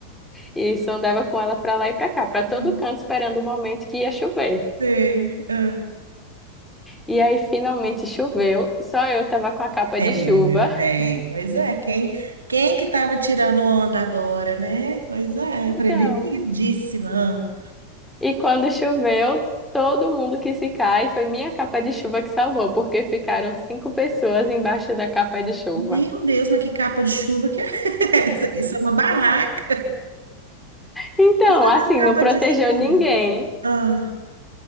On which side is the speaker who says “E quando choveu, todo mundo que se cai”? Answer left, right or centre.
Centre